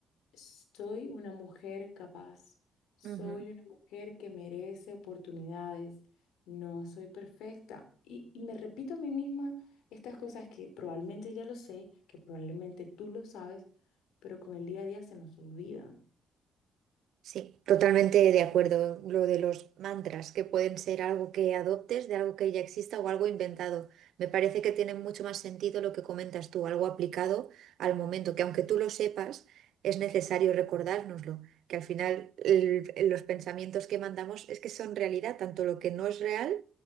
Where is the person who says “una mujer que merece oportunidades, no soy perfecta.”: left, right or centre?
Left